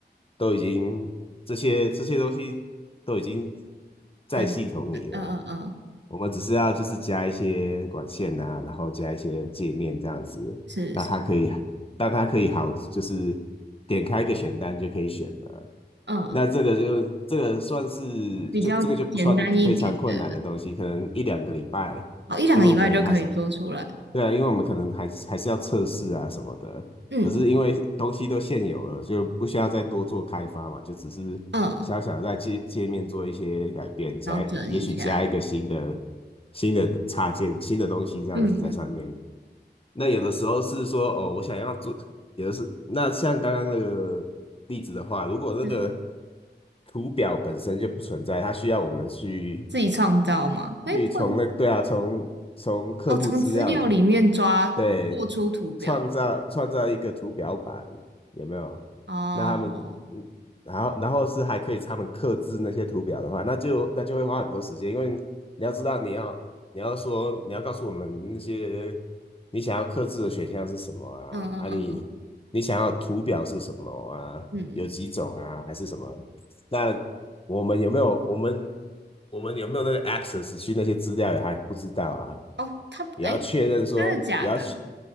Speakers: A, on the left (about 30°); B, on the right (about 80°).
A: 都已经这些这些东西都已经在系统里了，
B: 很，嗯嗯嗯，呃
A: 我们只是要就是加一些管线啊，然后加一些界面这样子，
B: 是是，
A: 那它可以让它可以好就是点开一个选单就可以选了。
B: 嗯，
A: 那这个就这个算是就这个就不算非常困难的东西，
B: 比较简单一点的，
A: 可能一两个礼拜。
B: 哦，一两个礼拜就可以做出来，
A: 因为我们还是对啊，因为我们可能还是还是要测试啊什么的，
B: 嗯
A: 可是因为东西都现有了，就不需要再多做开发嘛，就只是小小的在界界面做一些改变，
B: 嗯，
A: 加也许加一个新的
B: 调整一下，
A: 新的插件、新的东西这样子在上面。
B: 嗯，
A: 那有的时候是说哦，我想要做，有的是那像刚刚那个例子的话，如果那个
B: 是
A: 图表本身就不存在，它需要我们去
B: 自己创造吗？哎，
A: 去从那对啊，
B: 会
A: 从从客户资料里
B: 哦，从资料里面抓做出图表，
A: 对，创造创造一个图表板，有没有？
B: 哦，
A: 那他们，嗯，然后然后是还可以他们刻制那些图表的话，那就那就会花很多时间，因为你要知道你要你要说你要告诉我们那些你想要刻制的选项是什么啊？
B: 嗯嗯嗯嗯
A: 啊你你想要图表是什么啊？
B: 嗯，
A: 有几种啊？还是什么？那我们有没有我们我们有没有那个 access 去那些资料也还不知道啊？
B: 哦，他，
A: 也要确认说，
B: 哎，真的假的？
A: 也要去，